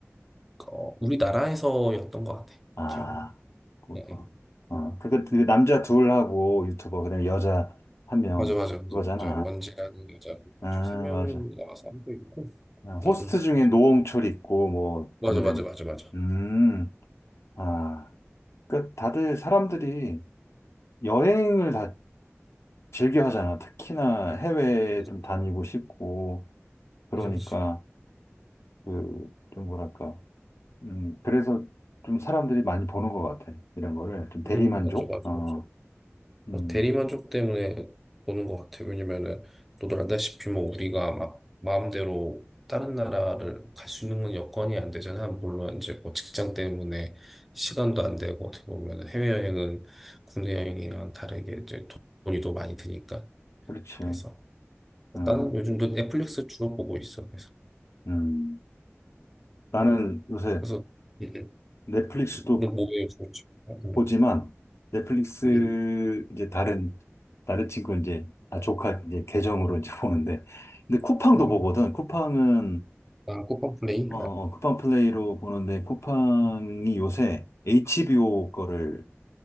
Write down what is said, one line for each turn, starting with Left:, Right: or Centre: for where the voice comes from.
Centre: 어, 우리나라에서였던 것 같아.
Left: 아,
Centre: 기억으로.
Left: 그거
Centre: 예, 예.
Left: 어, 그, 그, 그
Centre: 음.
Left: 남자 둘하고 유튜버, 그다음에 여자 한 명,
Centre: 맞아, 맞아, 맞아.
Left: 그거잖아.
Centre: 맞아. 원지라는 여자
Left: 아, 아,
Centre: 저 세 명이
Left: 맞아.
Centre: 나와서 하고 있고.
Left: 아,
Centre: 응,
Left: 호스트
Centre: 응.
Left: 중에 노홍철 있고, 뭐,
Centre: 맞아,
Left: 등등.
Centre: 맞아, 맞아, 맞아.
Left: 음, 아. 그, 다들 사람들이 여행을 다 즐겨 하잖아. 특히나 해외에
Centre: 그치,
Left: 좀
Centre: 그치.
Left: 다니고 싶고, 그러니까,
Centre: 그치. 그치.
Left: 그, 좀 뭐랄까. 음, 그래서 좀 사람들이 많이 보는 것 같아. 이런 거를. 좀 대리만족?
Centre: 음, 맞아, 맞아,
Left: 어,
Centre: 맞아.
Left: 음,
Centre: 뭐 대리만족 때문에 보는 것 같아요. 왜냐면은, 너도 알다시피 뭐 우리가 막 마음대로 다른 나라를 갈 수 있는 건 여건이 안 되잖아. 물론 이제 뭐 직장 때문에 시간도 안 되고 어떻게 보면은 해외여행은 국내 여행이랑 다르게 이제 돈이 더 많이 드니까.
Left: 그렇지.
Centre: 그래서
Left: 음,
Centre: 나는 요즘도 넷플릭스 주로 보고 있어. 그래서.
Left: 음. 나는
Centre: 응.
Left: 요새
Centre: 그래서, 음, 음.
Left: 넷플릭스도
Centre: 너 뭐예요, 요즘?
Left: 보지만,
Centre: 음,
Left: 넷플릭스
Centre: 음,
Left: 이제 다른, 다른 친구 이제, 아, 조카 이제 계정으로 이제 <laughs> 보는데. 근데 쿠팡도
Centre: 음.
Left: 보거든. 쿠팡은,
Centre: 아, 꽃방레이
Left: 어, 어, 쿠팡 플레이로 보는데, 쿠팡이
Centre: 아,
Left: 요새 HBO 거를